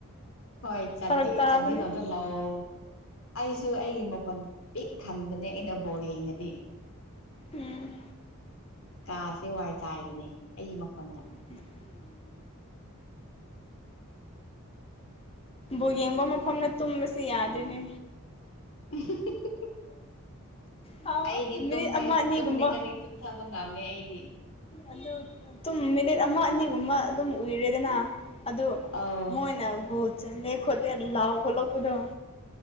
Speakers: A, on the left; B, on the left.
A: ꯍꯣꯏ ꯆꯟꯒꯦ
B: ꯐꯔꯛ ꯇꯥꯕꯅꯤ
A: ꯆꯟꯒꯦ ꯇꯧꯕꯗꯣ ꯂꯧ ꯑꯩꯁꯨ ꯑꯩꯒꯤ ꯃꯈꯣꯟ ꯄꯤꯛ ꯊꯟꯕꯅꯦ ꯑꯩꯅ ꯕꯣꯔ ꯌꯦꯡꯉꯗꯤ
B: ꯎꯝ
A: ꯀꯥꯁꯦ ꯋꯥꯏ ꯆꯥꯏꯕꯅꯦ ꯑꯩꯒꯤ ꯃꯈꯣꯟꯗ
B: <unintelligible> ꯕꯣꯜ ꯌꯦꯡꯕ ꯃꯐꯝꯗ ꯇꯨꯝꯕꯁꯤ ꯌꯥꯗꯦꯅꯦ
A: <unintelligible>
B: ꯑꯥ
A: ꯑꯩꯗꯤ
B: ꯃꯤꯅꯤꯠ
A: ꯇꯨꯝꯃꯦ
B: ꯑꯃ ꯑꯅꯤꯒꯨꯝꯕ
A: ꯇꯨꯝꯅꯤꯡꯉꯗꯤ ꯇꯨꯝꯊꯕ ꯉꯝꯃꯦ ꯑꯩꯗꯤ
B: ꯑꯗꯨ ꯑꯗꯨꯨꯝ ꯃꯤꯅꯤꯠ ꯑꯃ ꯑꯅꯤꯒꯨꯝꯕ ꯑꯗꯨꯝ ꯎꯏꯔꯦꯗꯅ ꯑꯗꯨ
A: ꯑꯧ
B: ꯃꯣꯏꯅ ꯒꯣꯜ ꯆꯜꯂꯦ ꯈꯣꯠꯂꯦ ꯂꯥꯎ ꯈꯣꯠꯂꯛꯄꯗꯣ